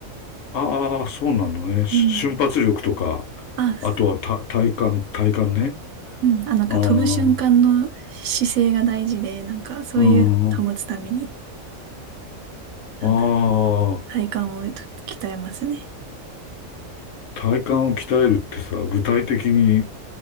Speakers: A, on the left; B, on the right.
A: あー、そうなのね。し瞬発力とか、
B: うん。あ、す
A: あとはた体幹、体幹ね。
B: うん、あ、なんか飛ぶ瞬間の姿勢が大事で、
A: ああ、
B: なんかそういうのを保つために、
A: うん、
B: なんだろう、
A: ああ、
B: 体幹をと鍛えますね。
A: 体幹を鍛えるってさ、具体的に